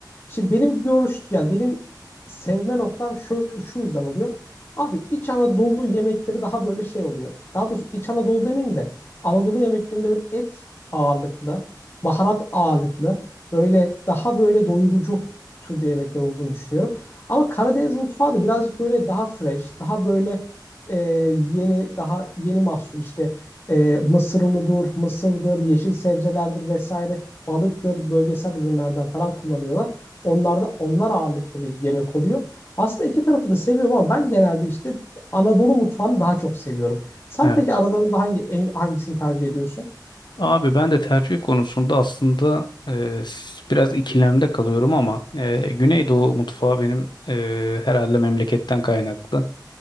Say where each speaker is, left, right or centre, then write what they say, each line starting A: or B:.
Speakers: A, on the left; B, on the left.
A: Şimdi benim görüş, yani benim sevme noktam şu, şu yüzden oluyor. Abi İç Anadolu yemekleri daha böyle şey oluyor. Daha doğrusu İç Anadolu demeyeyim de Anadolu yemeklerinde böyle et ağırlıklı, baharat ağırlıklı, böyle daha böyle doyurucu türde yemekler olduğunu düşünüyorum. Ama Karadeniz mutfağı da birazcık böyle daha fresh, daha böyle e, yeni, daha yeni mahsul işte e, mısır unudur, mısırdır, yeşil sebzelerdir vesaire, balıktır, bölgesel ürünlerden falan kullanıyorlar. Onlar da onlar ağırlıklı bir yemek oluyor. Aslında iki tarafı da seviyorum ama ben genelde işte Anadolu mutfağını daha çok seviyorum. Sen
B: Evet.
A: peki aralarında hangi en- hangisini tercih ediyorsun?
B: Abi ben de tercih konusunda aslında e, s- biraz ikilemde kalıyorum ama e, Güneydoğu mutfağı benim e, herhalde memleketten kaynaklı